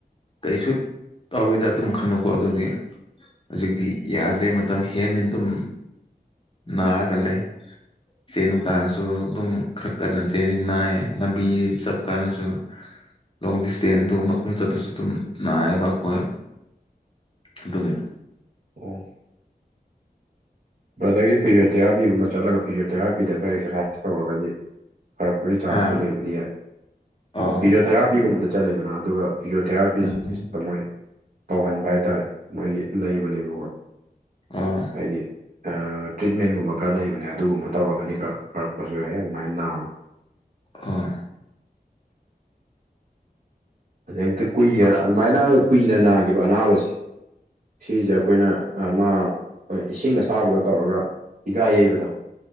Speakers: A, on the left (about 30°); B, on the right (about 50°).
A: ꯀꯩꯁꯨ ꯇꯧꯔꯣꯏꯗ ꯑꯗꯨꯝ ꯈꯜꯕꯀꯣ ꯑꯗꯨꯒꯤ ꯍꯧꯖꯤꯛꯇꯤ ꯌꯥꯗ꯭ꯔꯦ ꯃꯇꯝ ꯍꯦꯜꯂꯦꯅ ꯑꯗꯨꯝ ꯅꯥꯔꯒꯥ ꯂꯩ ꯆꯦꯅꯨꯀꯥꯁꯨ ꯄꯨꯡ ꯈꯔ ꯀꯟꯅ ꯆꯦꯔꯤ ꯅꯥꯏ ꯂꯝꯕꯤ ꯆꯠꯄ ꯀꯥꯟꯗꯁꯨ ꯂꯣꯡ ꯗꯤꯁꯇꯦꯟꯗꯨ ꯃꯀꯨꯡ ꯆꯠꯄꯁꯨ ꯑꯗꯨꯝ ꯅꯥꯏꯌꯦꯕ ꯑꯩꯈꯣꯏ ꯑꯗꯨꯒꯤ
B: ꯑꯣ ꯕ꯭ꯔꯗꯔꯒꯤ ꯐꯤꯖꯣꯊꯦꯔꯥꯄꯤꯒꯨꯝꯕ ꯆꯠꯂꯒ ꯐꯤꯖꯣꯊꯦꯔꯥꯄꯤꯗ ꯈꯔ ꯑꯦꯛꯁꯔꯁꯥꯏꯁ ꯇꯧꯔꯒꯗꯤ ꯐꯔꯛꯄꯒꯤ ꯆꯥꯟꯁꯇꯨ
A: ꯍꯥ
B: ꯂꯩꯕꯗꯤ ꯌꯥꯏ
A: ꯑꯣ
B: ꯐꯤꯁꯣ ꯊꯦꯔꯥ ꯄꯤꯒꯨꯝꯕꯗ ꯆꯠꯂꯦꯗꯅ ꯑꯗꯨꯒ ꯐꯤꯖꯣꯑꯣꯊꯦꯔꯥꯄꯤꯁꯤꯇ
A: ꯎꯝ
B: ꯃꯣꯏ ꯇꯧꯍꯟꯕ ꯍꯥꯏꯇꯥꯔꯦ ꯃꯣꯏꯒꯤ ꯂꯩꯕꯅꯦꯕꯀꯣ
A: ꯑꯣ
B: ꯍꯥꯏꯗꯤ ꯑꯥ ꯇ꯭ꯔꯤꯠꯃꯦꯟꯒꯨꯝꯕ ꯈꯔ ꯂꯩꯕꯅꯦ ꯑꯗꯨꯒꯨꯝꯕ ꯇꯧꯔꯒꯗꯤ ꯈꯔ ꯐꯔꯛꯄꯁꯨ ꯌꯥꯏ ꯑꯗꯨꯃꯥꯏꯟ ꯅꯥꯕ
A: ꯑꯥ
B: ꯑꯗꯩ ꯍꯦꯛꯇ ꯀꯨꯏꯅ ꯑꯗꯨꯃꯥꯏꯅ ꯀꯨꯏꯅ ꯅꯥꯈꯤꯕ ꯑꯅꯥꯕꯁꯦ ꯁꯤꯁꯦ ꯑꯩꯈꯣꯏꯅ ꯑꯃꯥ ꯏꯁꯤꯡ ꯑꯁꯥꯕꯗ ꯇꯧꯔꯒ ꯍꯤꯒꯥ ꯌꯩꯕꯗꯣ